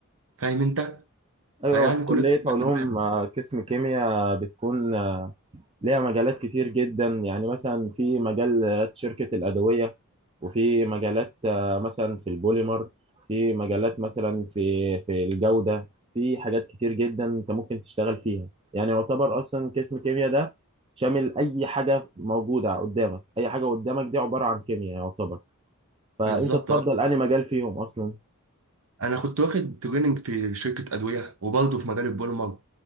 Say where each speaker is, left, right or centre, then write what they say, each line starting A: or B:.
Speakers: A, on the right (about 65°); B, on the right (about 25°).
A: فاهم انت
B: ايوه
A: فيعني
B: في كليه
A: كل ده بيبقى
B: علوم
A: في دماغك
B: آه، قسم كيمياء بتكون آه، ليها مجالات كتير جدا يعني مثلا في مجال آه، شركه الادويه وفي مجالات آه، مثلا في البوليمر في مجالات مثلا في في الجودة في حاجات كتير جدا انت ممكن تشتغل فيها يعني يعتبر اصلا قسم كيمياء ده شامل اي حاجة موجودة قدامك اي حاجة قدامك دي عبارة عن كيمياء يعتبر فانت
A: بالظبط
B: تفضل
A: اه
B: انهي مجال فيهم اصلا
A: انا كنت واخد تريننج في شركه ادويه وبرضه في مجال البوليمر